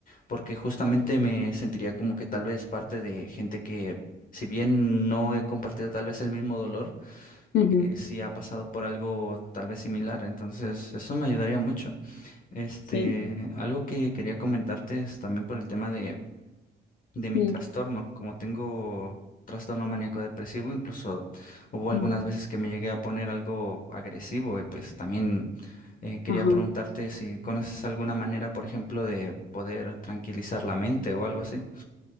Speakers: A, on the left (about 45°); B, on the left (about 70°).
A: porque justamente me sentiría como que tal vez parte de gente que, si bien no he compartido tal vez el mismo dolor,
B: Ujú,
A: que sí ha pasado por algo tal vez similar. Entonces, eso me ayudaría mucho. Este,
B: Sí.
A: algo que quería comentarte es también por el tema de, de mi
B: Mm,
A: trastorno. Como tengo trastorno maníaco depresivo, incluso hubo algunas
B: mm,
A: veces que me llegué a poner algo agresivo y pues también eh, quería
B: Ajá.
A: preguntarte si conoces alguna manera, por ejemplo, de poder tranquilizar la mente o algo así.